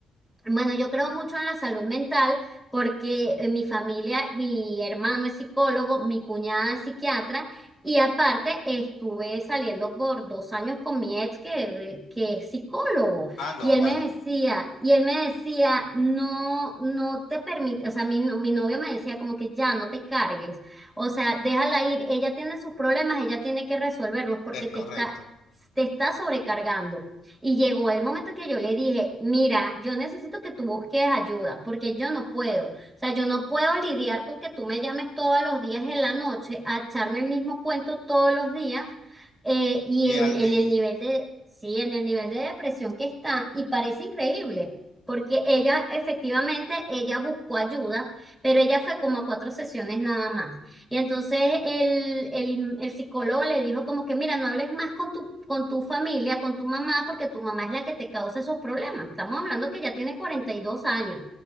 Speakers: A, in the centre; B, on the left.
A: bueno, yo creo mucho en la salud mental porque eh, mi familia, mi hermano es psicólogo, mi cuñada es psiquiatra y aparte estuve saliendo por dos años con mi ex que, que es psicólogo
B: Ah, no,
A: y él
B: vale,
A: me decía, y él me decía, no, no te permite, o sea, mi, no- mi novio me decía como que ya no te cargues, o sea, déjala ir, ella tiene sus problemas, ella tiene que resolverlos porque
B: es
A: te
B: correcto.
A: está, te está sobrecargando. Y llegó el momento que yo le dije, mira, yo necesito que tú busques ayuda, porque yo no puedo. O sea, yo no puedo lidiar con que tú me llames todos los días en la noche a echarme el mismo cuento todos los días. eh, y
B: Y
A: en,
B: al-
A: en
B: eh,
A: el nivel de, sí, en el nivel de depresión que está, y parece increíble. Porque ella, efectivamente, ella buscó ayuda, pero ella fue como a cuatro sesiones nada más. Y entonces el, el, el psicólogo le dijo como que, mira, no hables más con tu, con tu familia, con tu mamá, porque tu mamá es la que te causa esos problemas. Estamos hablando que ya tiene 42 años.